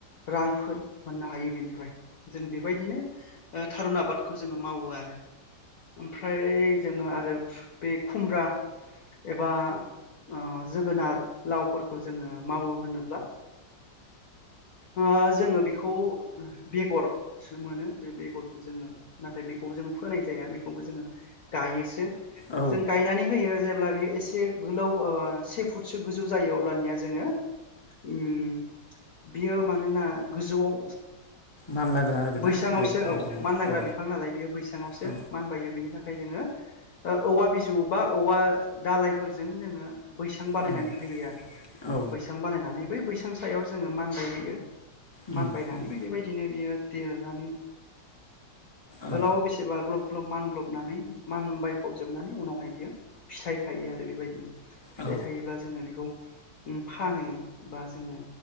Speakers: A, on the left; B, on the left.
A: रांफोर मोननो हायो बेनिफ्राय जों बेबायदिनो। ओ थारुन आबादखौ जोङो मावो आरो ओमफ्राय जोङो आरो आरो बे खुमब्रा एबा ओ जोगोनार लावफोरखौ जोङो मावो होनोब्ला ओ जोङो बेखौ बेगरसो मोनो बे बेगरखौ जोङो। नाथाय बेखौबो जों फोनाय जाया बेखौबो जोङो गायोसो।
B: औ
A: जों गायनानै होयो जेब्ला बियो एसे गोलाव ओ से फुटसो गोजौ जायो अब्लानिया जोङो। ओम बियो मानोना गोजौआव।
B: मानलाग्रा। आरोना
A: बैसांआवसो
B: बे मैगङा
A: औ मान लाग्रा
B: औ
A: बिफां नालाय बेयो बैसांआवसो
B: औ
A: मान बायो बिनि थाखाय जोङो। ओ औवा बिजौ बा औवा दालायफोरजों जोङो बैसां बानायनानै
B: उम
A: होयो आरो
B: औ
A: बैसां बानायनानै बै बैसां सायाव जोङो मानबाय होयो।
B: उम
A: मानबायनानै
B: उम
A: बेबायदिनो बियो देरनानै।
B: औ
A: गोलाव बेसेबा ग्लब ग्लब मानलबनानै मान बाय फबजोबनानै उनावहाय बियो फिथाइ थायो आरो बेबायदिनो फिथाइ
B: औ
A: थायोब्ला जोङो बेखौ। ओ फानो बा जोङो।